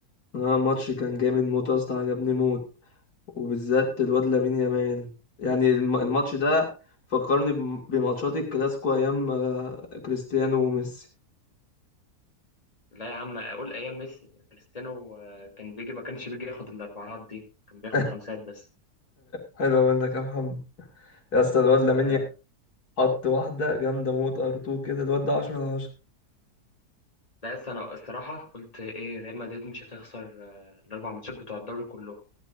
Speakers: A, on the left; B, on the left.
A: اه ماتش كان جامد موت يا اسطى عجبني موت وبالذات الواد لامين يامال يعني الم- الماتش ده فكرني بم- بماتشات الكلاسيكو ايام آه، كريستيانو وميسي
B: لا يا عم اقول ايام ميسي كريستيانو آه، كان بيجي ما كانش بيجي ياخد الاربعات دي كان بياخد
A: <laughs>
B: خمسات بس
A: حلو منك يا محمد يا اسطى الواد لامين
B: آه.
A: يامال حط واحدة جامدة موت ار 2 كده الواد ده 10 على 10
B: لا يا اسطى انا الصراحة قلت ايه ريال مدريد مش هتخسر آه، الاربع ماتشات بتوع الدوري كلهم